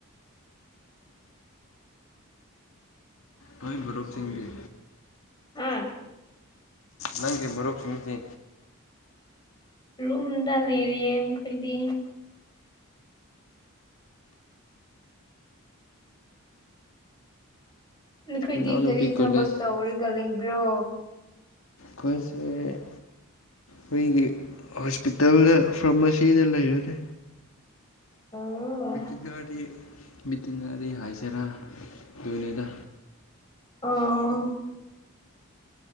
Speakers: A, on the left; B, on the left.
A: ꯅꯣꯏ ꯃꯔꯨꯞꯁꯤꯡꯗꯤ
B: ꯍꯥ
A: ꯅꯪꯒꯤ ꯃꯔꯨꯞ ꯁꯤꯡꯗꯤ
B: ꯔꯨꯝꯗ ꯂꯩꯔꯤꯌꯦ ꯃꯈꯣꯏꯗꯤ ꯅꯈꯣꯏꯗꯤ
A: ꯏꯅꯥꯎꯅꯨꯄꯤ
B: ꯀꯔꯤ
A: ꯀꯣꯂꯦꯖ
B: ꯊꯕꯛ ꯇꯧꯔꯒ ꯂꯩꯕ꯭ꯔꯣ
A: ꯈꯣꯏꯁꯦ ꯈꯣꯏꯒꯤ ꯍꯣꯁꯄꯤꯇꯥꯜꯗ ꯐꯥꯔꯃꯥꯁꯤꯗ ꯂꯩꯕꯅꯦ
B: ꯑꯣ
A: ꯇꯤꯟꯅꯔꯤ ꯕꯤꯇꯤꯟꯅꯔꯤ ꯍꯥꯏꯁꯤꯔꯥ ꯑꯗꯨꯣꯏꯅꯦꯗ
B: ꯑꯣ